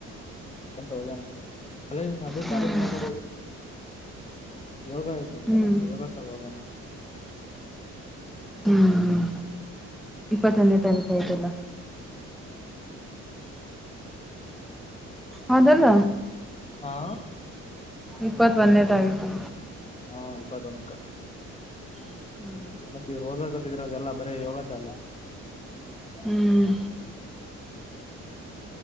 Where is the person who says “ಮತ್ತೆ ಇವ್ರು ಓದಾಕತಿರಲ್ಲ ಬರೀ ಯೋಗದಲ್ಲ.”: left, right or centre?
Left